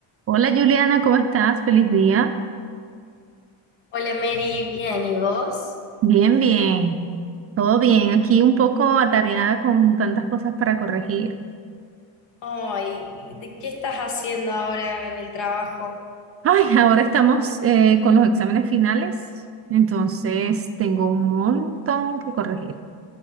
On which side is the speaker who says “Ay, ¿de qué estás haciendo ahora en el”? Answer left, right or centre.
Left